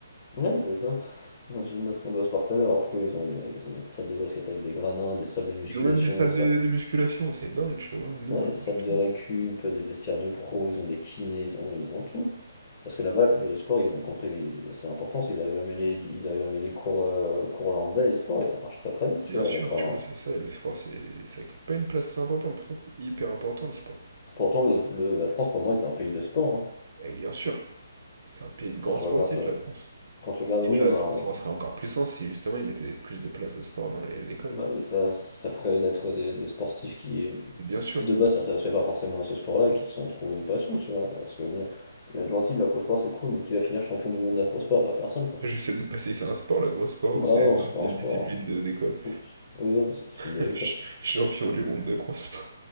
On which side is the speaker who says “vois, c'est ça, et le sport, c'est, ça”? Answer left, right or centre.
Right